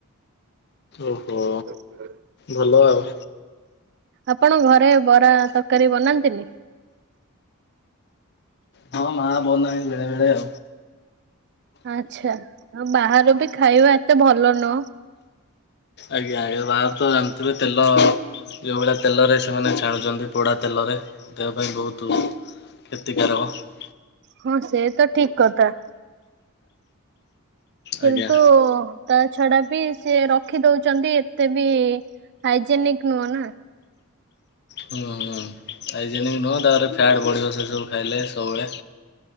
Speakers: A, on the left (about 50°); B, on the right (about 50°).
A: ଓହୋ।
B: <inaudible>
A: ଭଲ ଆଉ।
B: ଆପଣ ଘରେ ବରା, ତରକାରୀ ବନାନ୍ତିନି?
A: ହଁ ମା ବନାଏ ବେଳେବେଳେ ଆଉ।
B: ଆଛା ଆଉ ବାହାର ବି ଖାଇବା ଏତେ ଭଲ ନୁହଁ।
A: ଆଜ୍ଞା ଆଜ୍ଞା ବାହାରୁ ତ ଜାଣିଥିବେ ତେଲ ଯୋଉ ଭଳିଆ ତେଲରେ ସେମାନେ ଛାଣୁଛନ୍ତି ପୋଡ଼ା ତେଲରେ ଦେହ ପାଇଁ ବହୁତ କ୍ଷତିକାରକ।
B: ହଁ ସେ ତ ଠିକ୍ କଥା। କିନ୍ତୁ
A: ଆଜ୍ଞା
B: ତା ଛଡା ବି ସେ ରଖି ଦଉଛନ୍ତି ଏତେ ବି ହାଇଜେନିକ ନୁହଁ ନା।
A: ହୁଁ ହୁଁ ହାଇଜେନିକ୍ ନୁହେଁ ତାପରେ ଫ୍ୟାଟ୍ ବଢ଼ିବ ସେ ସବୁ ଖାଇଲେ ସବୁବେଳେ।